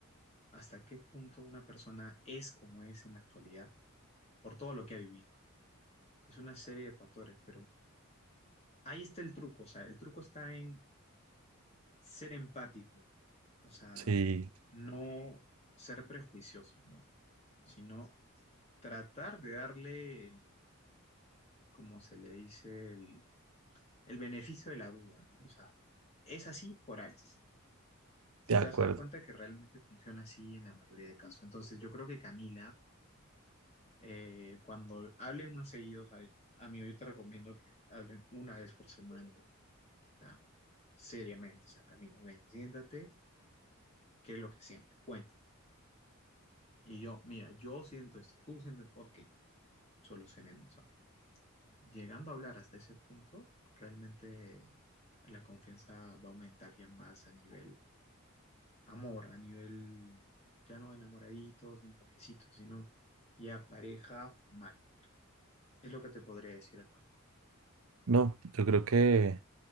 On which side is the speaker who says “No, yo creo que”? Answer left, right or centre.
Right